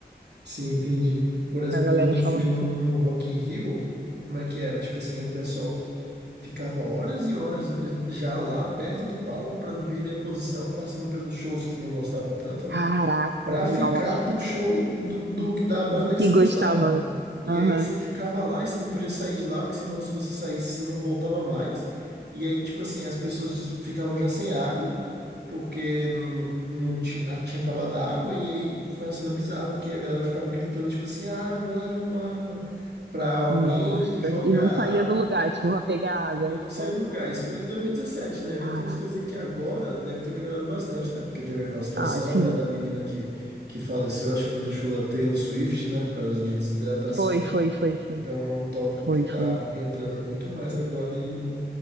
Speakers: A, on the right; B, on the right.
A: Sim, entendi. Por exemplo,
B: a galera
A: quando eu fui
B: fala muito.
A: no, no Rock in Rio, como é que era? Tipo assim, o pessoal ficava horas e horas eh, já lá perto do palco para não perder a posição, passando pelos shows que não gostava tanto,
B: Caraca,
A: né? pra
B: nossa,
A: ficar pro show do, do- da banda que
B: que
A: você
B: gostava.
A: gostava. E
B: Aham,
A: aí você ficava lá e você não podia sair de lá, porque senão se você saísse, você não voltava mais. E aí, tipo assim, as pessoas ficavam já sem água, porque não, não tinha, a- tinha acabado a água. E aí foi uma cena bizarra, porque a galera ficava gritando, tipo assim, água, água, água. Pra alguém
B: nossa.
A: jogar
B: E não saía
A: água
B: do lugar, tipo, pra pegar água.
A: e não saía
B: Só.
A: do lugar. Isso foi em 2017, né?
B: Caraca.
A: Eu tenho certeza que agora deve ter melhorado bastante, até porque teve aquela situação,
B: Ah, sim.
A: né, da menina que, que faleceu, acho que foi no show da Taylor Swift, né, por causa de desidratação.
B: Foi, foi, foi, foi.
A: Então é um tópico
B: Foi,
A: que está
B: foi.
A: entrando muito mais agora em,